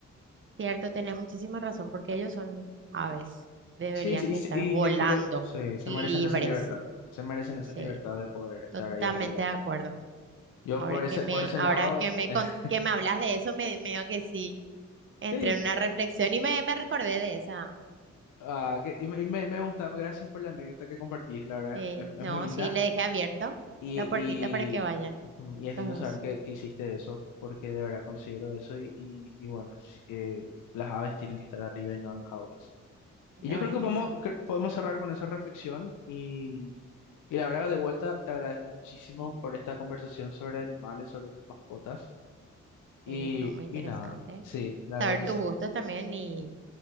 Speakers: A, on the right; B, on the left.
A: Cierto, tenés muchísima razón, porque ellos son aves, deberían
B: sí, sí,
A: de
B: sí,
A: estar
B: y
A: volando,
B: yo creo, sí, se
A: libres.
B: merecen esa libertad, se merecen esa
A: Sí,
B: libertad de poder estar
A: totalmente
B: ahí arriba.
A: de acuerdo.
B: Yo
A: Ahora
B: por
A: que
B: ese,
A: me,
B: por ese
A: ahora
B: lado,
A: que me,
B: <laughs>
A: con- que me hablas de eso, me medio que sí, entré
B: sí,
A: en una reflexión y me, me recordé de esa.
B: ah, que- y, me, y me- me gusta, gracias por la anécdota que compartís, la verdad
A: Sí,
B: es es- es
A: no,
B: muy linda.
A: sí, le dejé abierto
B: Y,
A: la puertita
B: y,
A: para que vayan
B: ujú, y es
A: los
B: lindo
A: dos.
B: saber que, que hiciste eso, porque de verdad considero eso. Y, y, y bueno, s- eh, las aves tienen que estar arriba y no en jaulas.
A: La
B: Y yo
A: verdad
B: creo que
A: que
B: podemos,
A: sí.
B: cre- podemos cerrar con esa reflexión. Y, y la verdad, de vuelta, te agradezco muchísimo
A: Sí,
B: por esta conversación sobre animales, sobre las mascotas. Y,
A: sí, estuvo muy interesante.
B: y nada, sí, la
A: Saber
B: verdad que
A: tus
B: sí.
A: gustos también y...